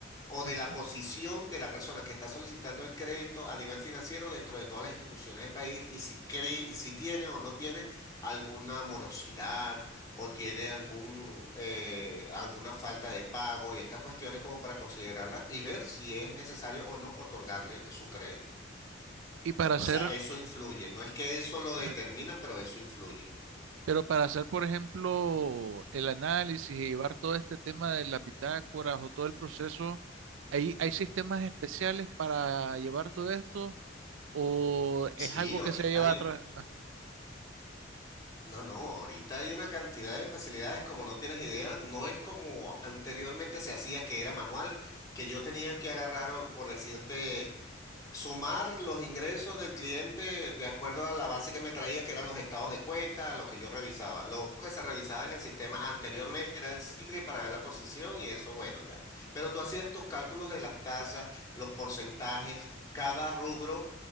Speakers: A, on the left; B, on the right.
A: o de
B: ujú.
A: la posición de la persona que está solicitando el crédito a nivel financiero dentro de todas las instituciones del país y si, cre- si tiene o no tiene alguna morosidad o tiene algún, eh, alguna falta de pago y estas cuestiones como para considerarla y ver si es necesario o no otorgarle su crédito.
B: Y para hacer,
A: O sea, eso influye. No es que eso lo
B: <clears throat>
A: determina, pero eso influye.
B: pero para hacer, por ejemplo, el análisis y llevar todo este tema de las bitácoras o todo el proceso, ¿hay, hay sistemas especiales para llevar todo esto o
A: Sí,
B: es algo
A: ahorita
B: que se lleva
A: hay-
B: atrás?
A: No, no, ahorita hay una cantidad de facilidades como no tienes ideas, no es como anteriormente se hacía que era manual, que yo tenía que agarrar, o- por decirte sumar los ingresos del cliente de acuerdo a la base que me traía, que eran los estados de cuenta, lo que yo revisaba. Lo único que se revisaba en el sistema anteriormente era el SICRI para ver la posición y eso, bueno, ya. Pero tú hacías tus cálculos de las tasas, los porcentajes, cada rubro